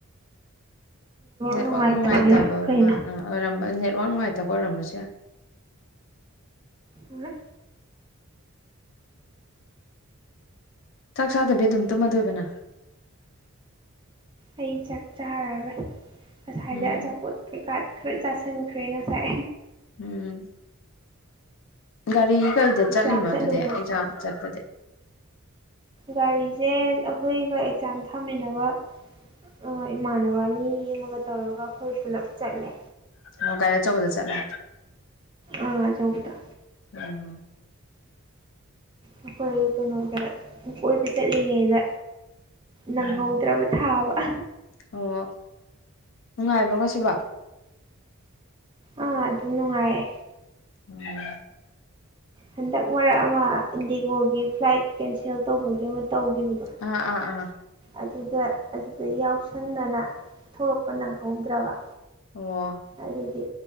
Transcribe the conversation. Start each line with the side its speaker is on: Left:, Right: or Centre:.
Left: ꯅꯦꯠꯋꯥꯛ
Right: ꯅꯨꯡꯉꯥꯏꯇꯕꯩꯔꯥ
Left: ꯅꯨꯡꯉꯥꯏꯇꯕ
Right: ꯀꯩꯅꯣ
Left: ꯑꯃ ꯑ ꯑꯣꯏꯔꯝꯕ ꯅꯦꯠꯋꯥꯛ ꯅꯨꯡꯉꯥꯏꯇꯕ ꯑꯣꯏꯔꯝꯕꯁꯨ ꯌꯥꯏ
Right: ꯍꯨꯔꯦ
Left: ꯆꯥꯛ ꯆꯥꯗꯕꯤ ꯑꯗꯨꯝ ꯇꯨꯝꯃꯗꯣꯏꯕ ꯅꯪ
Right: ꯑꯩ ꯆꯥꯛ ꯆꯥꯔꯔꯣꯏ ꯉꯁꯥꯏꯗ
Left: ꯎꯝ
Right: ꯑꯆꯥꯄꯣꯠ ꯀꯩꯀꯥ ꯈꯔ ꯆꯥꯁꯟꯈ꯭ꯔꯦ ꯉꯁꯥꯏ
Left: ꯎꯝ ꯒꯥꯔꯤ ꯀꯩꯗ
Right: ꯑꯦꯛꯖꯥꯝ
Left: ꯆꯠꯂꯤꯅꯣ
Right: ꯆꯠꯂꯨꯕꯒꯤ
Left: ꯑꯗꯨꯗꯤ ꯑꯦꯛꯖꯥꯝ ꯆꯠꯄꯗꯤ
Right: ꯒꯥꯔꯤꯖꯦ ꯑꯩꯈꯣꯏꯒ ꯑꯦꯛꯖꯥꯝ ꯊꯥꯃꯤꯟꯅꯕ ꯑ ꯏꯃꯥꯟꯅꯕ ꯑꯅꯤ ꯑꯃꯒ ꯇꯧꯔꯒ ꯑꯩꯈꯣꯏ ꯄꯨꯂꯞ ꯆꯠꯂꯦ
Left: ꯑꯣ ꯒꯥꯔꯤ ꯑꯆꯧꯕꯗ ꯆꯠꯂꯦ
Right: ꯑꯥ ꯑꯆꯧꯕꯗ
Left: ꯎꯝ
Right: ꯑꯩꯈꯣꯏ ꯀꯩꯅꯣꯗ ꯀꯣꯏꯕ ꯆꯠꯂꯤꯉꯩꯗ ꯅꯪꯍꯧꯗ꯭ꯔꯕ
Left: ꯎꯝ
Right: ꯊꯥꯕ
Left: ꯑꯣ ꯅꯨꯡꯉꯥꯏꯕ꯭ꯔꯣ ꯉꯁꯤꯕꯣ
Right: ꯑꯥ ꯑꯗꯨꯝ ꯅꯨꯡꯉꯥꯏꯌꯦ
Left: <unintelligible>
Right: ꯍꯟꯗꯛ ꯃꯔꯛ ꯑꯃ ꯏꯟꯗꯤꯒꯣꯒꯤ ꯐ꯭ꯂꯥꯏꯠ ꯀꯦꯟꯁꯦꯜ ꯇꯧꯕꯒꯤ ꯑꯃ ꯇꯧꯈꯤꯕꯗꯣ
Left: ꯑꯥ ꯑꯥ ꯑꯥ
Right: ꯑꯗꯨꯗ ꯑꯗꯨꯗ ꯌꯥꯎꯁꯟꯗꯅ ꯊꯣꯛꯄ ꯅꯪꯍꯧꯗ꯭ꯔꯕ
Left: ꯑꯣ
Right: ꯑꯗꯨꯒꯤ